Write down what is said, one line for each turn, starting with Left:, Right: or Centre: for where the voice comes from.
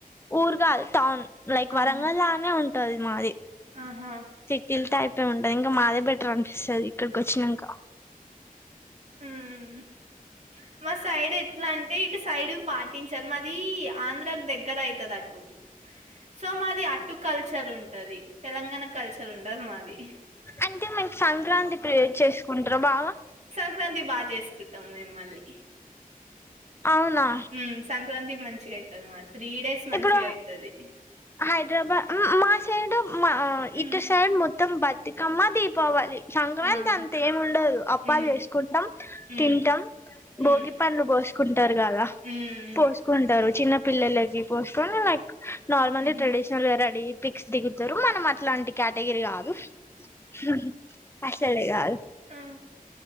Left: ఊరు కాదు టౌన్ లైక్
Right: ఆహా!
Left: వరంగల్లానే ఉంటది మాది
Right: ఆహా!
Left: సిటిల్ టైప్ ఏ ఉంటది ఇంకా మాదే బెటర్ అనిపిస్తుంది ఇక్కడికి వచ్చినంక
Right: ఉమ్ మా సైడ్ ఎట్లా అంటే ఇటు సైడ్ పాటించరు మాది ఆంధ్రాకు దగ్గర అయితది అటు సో మాది అటు కల్చర్ ఉంటది తెలంగాణ కల్చర్ ఉండదు మాది
Left: అంటే మనకి సంక్రాంతి క్రియేట్ చేసుకుంటారా బాగా
Right: సంక్రాంతి బాగా చేసుకుంటాం మేము మళ్ళీ
Left: అవునా
Right: ఉమ్ సంక్రాంతి మంచిగా అయితది మాది త్రీ డేస్ మంచిగా
Left: ఇప్పుడు
Right: అయితది
Left: హైదరాబాద్ మా సైడ్ మా
Right: హ్మ్.
Left: ఇటు సైడ్ మొ త్తం బతుకమ్మ దీపావళి సంక్రాంతి
Right: ఆ!
Left: అంత ఏం ఉండదు అప్పాలు
Right: హ్మ్.
Left: చేసుకుంటాం
Right: హ్మ్.
Left: తింటాం
Right: హ్మ్.
Left: బోగి పండ్లు పోసు కుంటారు కదా
Right: హ్మ్.
Left: పోసుకుంటారు చిన్న పిల్లలకి పోసుకని లైక్ నార్మల్
Right: హుహు.
Left: ట్రెడిషనల్ రెడీ అయ్యి పిక్స్ దిగుతారు మనం అట్లాంటి కేటగిరీ గాదు ఉహూ అస్సలే కాదు
Right: ఆ!